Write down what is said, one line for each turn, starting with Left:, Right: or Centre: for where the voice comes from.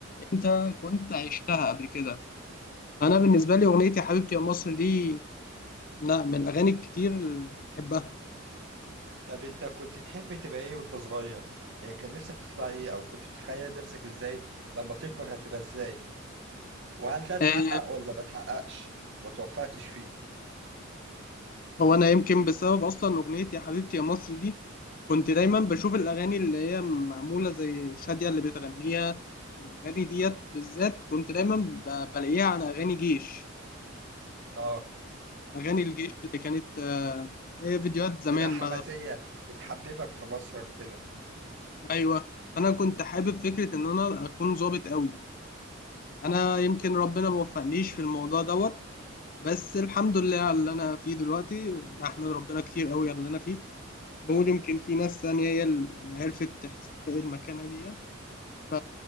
Left: أنت كنت عشتها قبل كده أنا بالنسبة لي أغنية يا حبيبتي يا مصر دي لا من الأغاني الكتير اللي بحبها
Right: طب أنت كنت تحب تبقى إيه وأنت صغير؟ يعني كان نفسك تطلع إيه أو كنت بتخيل نفسك إزاي لما تكبر هتبقى إزاي؟ وهل ده اتحقق
Left: آه،
Right: ولا ما اتحققش؟ ما توفقتش فيه؟
Left: هو انا يمكن بسبب اصلا اغنيه يا حبيبتي يا مصر دي كنت دايما بشوف الاغاني اللي هي معموله زي شاديه اللي بتغنيها الاغاني ديت بالذات كنت دايما ب- بلاقيها على اغاني جيش
Right: اه
Left: اغاني الجيش اللي كانت آه، هي فيديوهات زمان
Right: تبقى حماسية
Left: بقى
Right: بتحببك في مصر وكده
Left: ايوه انا كنت حابب فكره ان انا اكون ظابط قوي انا يمكن ربنا ما وفقنيش في الموضوع دوت بس الحمد لله على اللي انا فيه دلوقتي بحمد ربنا كتير قوي على اللي انا فيه نقول يمكن في ناس ثانية هي اللي عرفت تستحق المكانة ديت ف